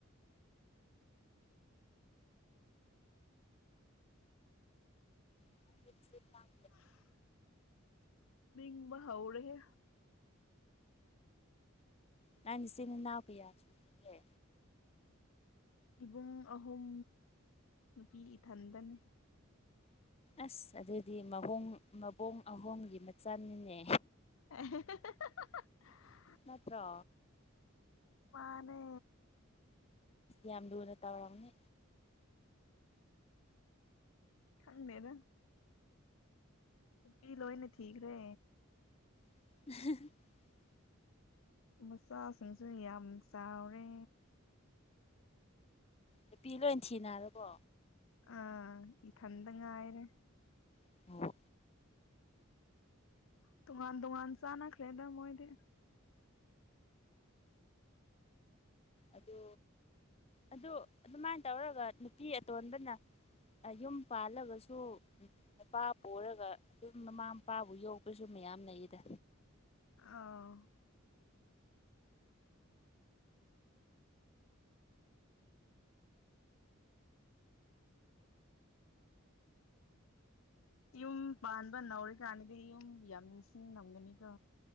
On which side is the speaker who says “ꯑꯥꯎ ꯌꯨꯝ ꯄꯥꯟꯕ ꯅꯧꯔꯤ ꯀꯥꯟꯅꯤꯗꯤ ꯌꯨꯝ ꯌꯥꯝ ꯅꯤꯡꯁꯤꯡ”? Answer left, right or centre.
Left